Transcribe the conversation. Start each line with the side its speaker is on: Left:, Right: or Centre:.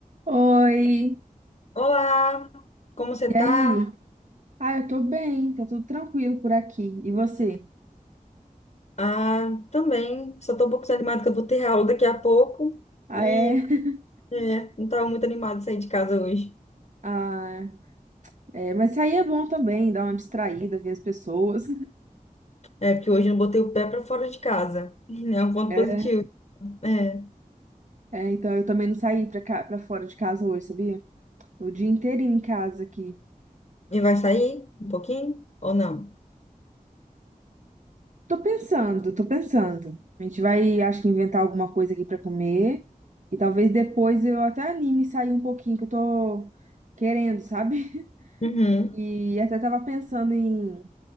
Right: Oi,
Left: Olá, como você
Right: e
Left: tá?
Right: aí? Ah, eu tô bem, tá tudo tranquilo por aqui. E você?
Left: Ah, também, só tô um pouco desanimada que eu vou ter aula daqui a pouco
Right: Ah,
Left: e
Right: é? <laughs>
Left: é, não tava muito animada de sair de casa hoje.
Right: Ah, é, mas sair é bom também, dar uma distraída, ver as pessoas.
Left: É, porque hoje eu não botei o pé pra fora de casa. <laughs> É um ponto
Right: É,
Left: positivo.
Right: <laughs>
Left: É.
Right: É, então eu também não saí pra cá, pra fora de casa hoje, sabia? O dia inteirinho em casa aqui.
Left: E vai sair um pouquinho ou não?
Right: Tô pensando, tô pensando. A gente vai, acho que inventar alguma coisa aqui pra comer. E talvez depois eu até anime e sair um pouquinho, que eu tô querendo, sabe? <laughs>
Left: Uhum.
Right: E até tava pensando em